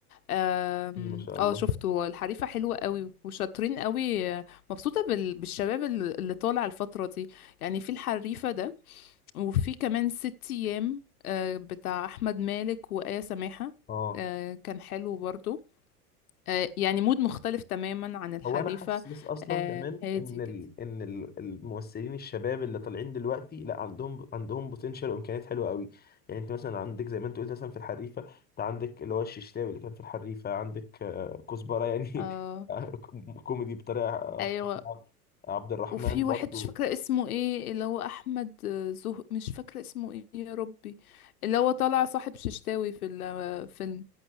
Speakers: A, on the left; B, on the left.
A: آم،
B: كتير ما شاء الله
A: اه شفته الحريفة حلوة قوي وشاطرين قوي آه، مبسوطة بال- بالشباب اللي اللي طالع الفترة دي يعني في الحريفة ده وفي كمان ست ايام آه، بتاع احمد مالك وآية سماحة
B: اه
A: آه، كان حلو برضو آه، يعني مود مختلف تماما عن الحريفة
B: هو انا حاسس اصلا
A: آه،
B: كمان
A: هادي
B: ان ال...
A: كده
B: ان ال- الممثلين الشباب اللي طالعين دلوقتي لا عندهم عندهم بوتنشال وامكانيات حلوه قوي يعني انت مثلا عندك زي ما انت قلت مثلا في الحريفه انت عندك اللي هو الششتاوي اللي كان في الحريفه عندك آه كزبره يعني
A: اه
B: <laughs> كوميدي بطريقه
A: ايوه
B: فظيعه عبد الرحمن
A: وفي
B: برضو
A: واحد مش فاكرة اسمه ايه اللي هو احمد آه، زه مش فاكرة اسمه ايه يا ربي اللي هو طالع صاحب ششتاوي في الفيلم